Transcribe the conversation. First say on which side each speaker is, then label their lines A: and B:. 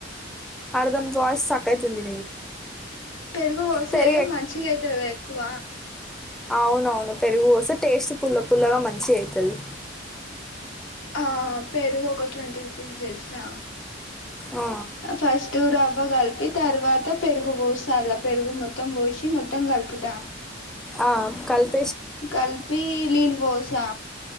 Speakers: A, in the centre; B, on the left.
A: అర్దం మీ వాయిస్ స్ట్రక్ అవుతుంది
B: పెరుగు పోసేవి
A: పెరుగు ఎక్-
B: మంచిగా అయితుందా ఎక్కువ
A: అవునవును పెరుగుపోస్తే టేస్ట్ పుల్ల పుల్లగా మంచి అవుతుది
B: ఆ పెరుగు ఒక ట్వంటీ రూపీస్ చేస్తా
A: ఆ,
B: ఫస్ట్ రవ్వ కలిపి తర్వాత పెరుగు పోసలా పెరుగు మొత్తం పోసి మొత్తం కలుపుతా
A: ఆ కలిపి
B: కలిపి నీళ్లు పోస్తా